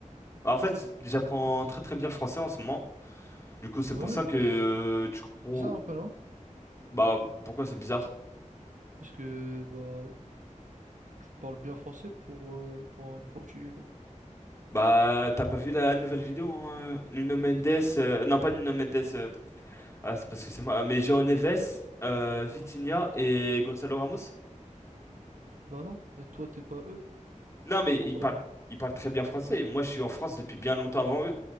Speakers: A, on the left (about 20°); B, on the right (about 70°).
A: Bah, en fait, j'apprends très très bien le français en ce moment. Du coup, c'est
B: Ouais,
A: pour ça
B: mais
A: que euh, tu crois.
B: bizarre un peu non?
A: Bah, pourquoi c'est bizarre?
B: Parce que bah tu parles bien français pour euh, pour un portugais quoi.
A: Bah, t'as pas vu la nouvelle vidéo, hein, euh, Nuno Mendes. euh, Non, pas Nuno Mendes. euh, Ah, c'est parce que c'est moi. Mais João Neves, euh, Vitinha et Gonzalo Ramos.
B: Bah non, mais toi t'es pas eux,
A: Non,
B: je
A: mais
B: comprends
A: ils
B: pas
A: parlent,
B: le-
A: ils parlent très bien français. Moi, je suis en France depuis bien longtemps avant eux.